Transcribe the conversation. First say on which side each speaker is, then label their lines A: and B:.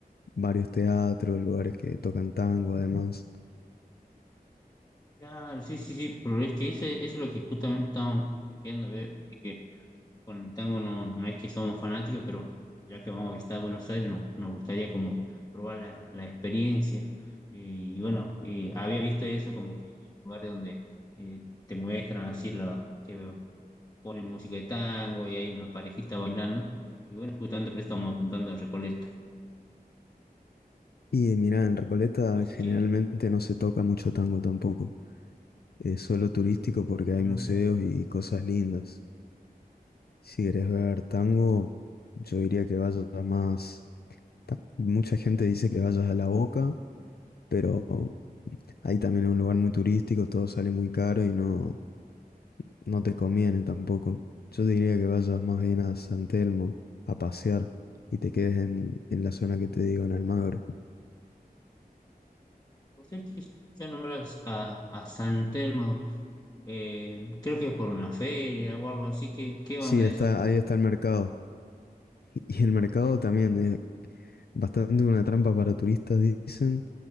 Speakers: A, on the left (about 80°); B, on the left (about 25°).
A: varios teatros, lugares que tocan tango además.
B: Claro, sí, sí, sí, pero es que ese, eso es lo que justamente estamos queriendo ver, de que con el tango no, no es que somos fanáticos, pero ya que vamos a visitar Buenos Aires, no, nos gustaría como probar la, la experiencia. Eh, y bueno, eh, había visto eso como que hay hay lugares donde eh, te muestran así la, que ponen música de tango y hay una parejita bailando. Y bueno, justamente por eso estamos apuntando a Recoleta.
A: Y mira, en Recoleta
B: Así
A: generalmente
B: que,
A: no se toca mucho tango tampoco. Es solo turístico porque
B: bueno,
A: hay museos y cosas lindas. Si querés ver tango, yo diría que vayas a más. ta- Mucha gente dice que vayas a La Boca, pero ahí también es un lugar muy turístico, todo sale muy caro y no, no te conviene tampoco. Yo diría que vayas más bien a San Telmo a pasear y te quedes en, en la zona que te digo, en Almagro.
B: pues es que sí lo escuché a, a San Telmo, eh, creo que por una feria o algo así. ¿Qué, qué
A: Sí,
B: onda
A: está,
B: eso?
A: ahí está el mercado. Y el mercado también es bastante una trampa para turistas, dicen,